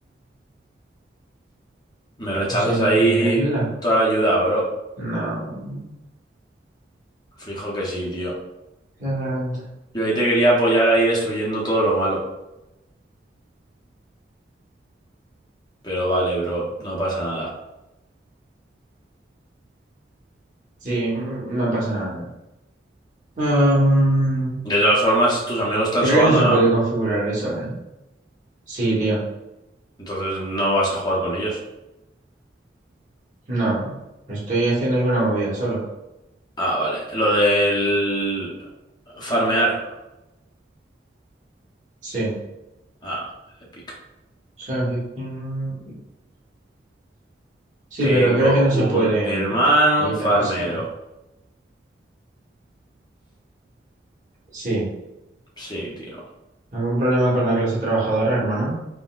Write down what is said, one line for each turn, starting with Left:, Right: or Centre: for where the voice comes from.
Left: Me rechazas
Right: Pues ya te
Left: ahí
Right: pediré ayuda.
Left: toda la ayuda, bro.
Right: No.
Left: Fijo que sí, tío.
Right: Herramienta.
Left: Yo ahí te quería apoyar ahí destruyendo todo lo malo. Pero vale, bro, no pasa nada.
Right: Sí, no pasa nada. Am,
Left: De todas formas, tus amigos están
Right: creo
Left: sobando,
Right: que no se
Left: ¿no?
Right: puede configurar eso, ¿eh? Sí, tío.
Left: Entonces no vas a jugar con ellos.
Right: No. Estoy haciendo alguna movida solo.
Left: Ah, vale. Lo del... Farmear.
Right: Sí.
Left: Ah, épico.
Right: Solo que- mm, Sí,
Left: Tengo
Right: pero creo que no se
Left: un
Right: puede
Left: hermano
Right: mm, editar
Left: farmero.
Right: esto. Sí.
Left: Sí, tío.
Right: ¿Algún problema con la clase trabajadora, hermano?